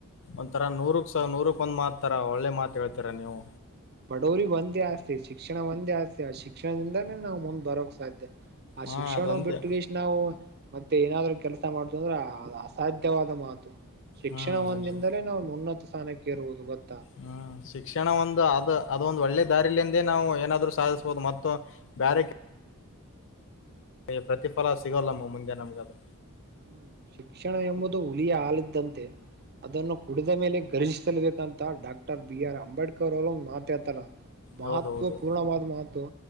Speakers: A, on the left; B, on the right.
A: ಒಂಥರಾ ನೂರಕ್ ಸ ನೂರಕ್ ಒಂದ್ ಮಾತ್ತರ ಒಳ್ಳೆ ಮಾತ ಹೇಳ್ತೀರ
B: ಹ್ಮ್
A: ನೀವು
B: ಬಡವರಿಗೆ ಒಂದೇ ಆಸ್ತಿ ಶಿಕ್ಷಣ ಒಂದೇ ಆಸ್ತಿ ಶಿಕ್ಷಣದಿಂದಾನೇ ನಾವು ಮುಂದ್ ಬರೋಕ್ ಸಾಧ್ಯ ಆ
A: ಹಾ
B: ಶಿಕ್ಷಣ
A: ಅದೊಂದೇ
B: ಬಿಟ್ಟುಷ್ಟ ನಾವು ಮತ್ತೆ ಏನಾದ್ೂ ಕೆಲಸ ಮಾಡ್ತು ಅಂದ್ರ ಅಸಾಧ್ಯವಾದ ಮಾತು ಶಿಕ್ಷಣ
A: ಹ್ಮ್
B: ಒಂದಿಂದಲೇ
A: ಅಲ್ರಿ
B: ನಾವು ಉನ್ನತ ಸ್ಥಾನಕ್ಕೆ ಇರುವುದು ಗೊತ್ತ
A: ಹ್ಮ್ ಶಿಕ್ಷಣ ಒಂದು ಆದ ಅದು ಒಂದು ಒಳ್ಳೆ ದಾರಿಲಿಂದೇ ನಾವು ಏನಾದ್ೂ ಸಾಧಿಸ್ಬಹುದು ಮತ್ತು ಬೇರೆ ನಮಗೆ ಪ್ರತಿಫಲ ಸಿಗೋಲ್ಲಮ್ಮ ಮುಂದೆ ನಮಗದು
B: ಹ್ಮ್ ಶಿಕ್ಷಣ ಎಂಬುದು ಹುಳಿಯ ಆಾಲಿದ್ದಂತೆ ಅದನ್ನು ಕುಡಿದ ಮೇಲೆ ಘರ್ಷ್ಬೇಕಂತ ಡಾಕ್ಟರ್ ಬಿ ಆರ್ ಅಂಬೇಡ್ಕರ್ ಅವರು ಮಾತಾಡ್ತಾರ ಮಹತ್ವ
A: ಹೌದೌದು
B: ಪೂರ್ಣವಾದ ಮಹತ್ವ